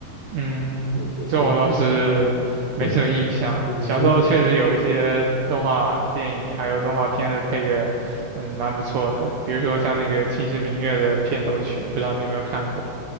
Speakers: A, on the right; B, on the left.
A: 嗯，
B: 对对，
A: 这我倒是
B: 所以
A: <laughs> 没什么印象。
B: 对对所以
A: 小时候确实有一些动画电影还有动画片的配乐，嗯，蛮不错的，比如说像那个《秦时明月》的片头曲，不知道你有没有看过，